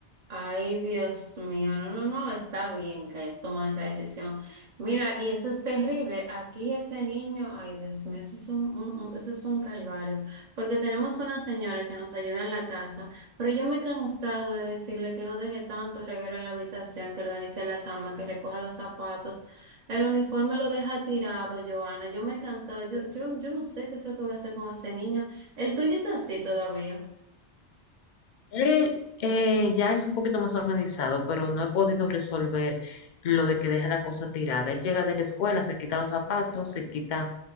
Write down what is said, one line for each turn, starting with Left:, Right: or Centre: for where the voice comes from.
Right: Ay, Dios mío, no, no, no, está bien que hayas tomado esa decisión. Mira, y eso es terrible. Aquí ese niño, ay, Dios mío, eso es un, un- un- eso es un calvario. Porque tenemos una señora que nos ayuda en la casa, pero yo me he cansado de decirle que no deje tanto reguero en la habitación, que organice la cama, que recoja los zapatos. El uniforme lo deja tirado, Joana. Yo me he cansado. Yo, yo, yo no sé qué es lo que voy a hacer con ese niño. El tuyo es así todavía.
Left: Él eh, ya es un poquito más organizado, pero no he podido resolver lo de que deja la cosa tirada. Él llega de la escuela, se quita los zapatos, se quita